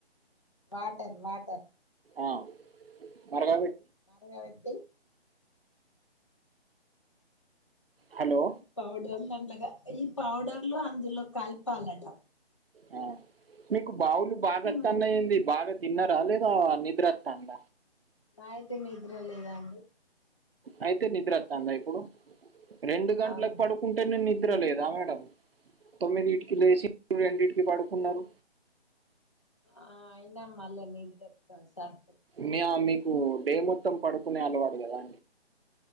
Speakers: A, on the left; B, on the right.
A: వాటర్ వాటర్
B: ఆ మరగ
A: మరగవెట్టి
B: హలో
A: ఈ పౌడర్లు అండగా ఈ పౌడర్లు అందులో కలిపాలట
B: ఆ. మీకు బావులు బాగవత్తాన్నయింది
A: మంచి
B: బాగా తిన్నారా లేదా నిద్రత్తాంద
A: నా అయితే మీద్ర లేదా అండి
B: అయితే నిద్ర వత్తాందా ఇప్పుడు రెండు గంటలకు
A: అవును
B: పడుకుంటే నేను నిద్ర లేదా మేడం తొమ్మిది ఇటికి లేసి రెండింటికి పడుకున్నారు
A: ఆ అయినా మళ్ల నిద్ర వత్తాంది సర్
B: మీ- ఆ, మీకు డే మొత్తం పడుకునే అలవాటు కదా